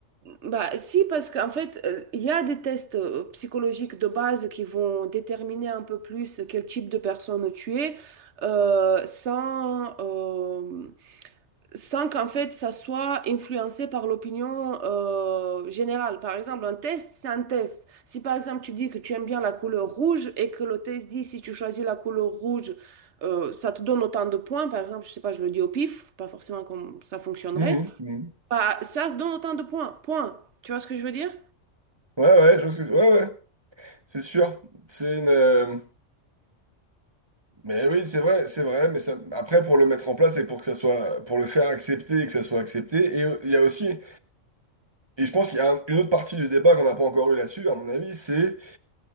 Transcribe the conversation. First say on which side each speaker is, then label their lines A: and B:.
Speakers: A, on the right; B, on the right.
A: bah, si, parce qu'en fait, euh, il y a des tests euh, psychologiques de base qui vont déterminer un peu plus quel type de personne tu es, euh, sans. euh, sans qu'en fait ça soit influencé par l'opinion euh, générale. Par exemple, un test, c'est un test. Si par exemple tu dis que tu aimes bien la couleur rouge et que le test dit si tu choisis la couleur rouge, euh, ça te donne autant de points, par exemple, je sais pas, je le dis au pif, pas forcément comme ça fonctionnerait,
B: Mhm, mhm.
A: bah, ça se donne autant de points, point. Tu vois ce que je veux dire?
B: Ouais, ouais, je pense que... Ouais, ouais, c'est sûr. C'est une... euh, Mais oui, c'est vrai, c'est vrai, mais ça... après, pour le mettre en place et pour que ça soit... pour le faire accepter et que ça soit accepté, et euh, il y a aussi... Et je pense qu'il y a un- une autre partie du débat qu'on n'a pas encore eu là-dessus, à mon avis, c'est